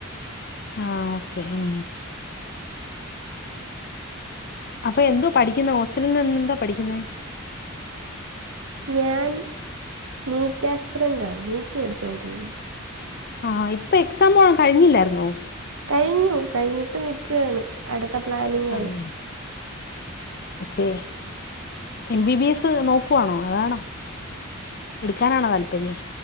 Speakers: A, on the left; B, on the right.
A: ആഹ് ഓക്കെ ഉം അപ്പൊ എന്തുവാ പഠിക്കുന്നെ ഹോസ്റ്റലിൽ നിന്നെന്താ പഠിക്കുന്നേ
B: ഞാൻ നീറ്റ് ആസ്പിറൻറാണ് നീറ്റ് പഠിച്ചൊണ്ടിരിക്കുവാ
A: ആഹ് ഇപ്പൊ എക്സാമും കഴിഞ്ഞില്ലായിരുന്നോ
B: കഴിഞ്ഞു കഴിഞ്ഞിട്ട് നിൽക്കുകയാണ് അടുത്ത പ്ലാനിങ്
A: ആഹ്
B: ആണ്
A: okay M B B S നോക്കുവാണോ അതാണോ എടുക്കാനാണോ താല്പര്യം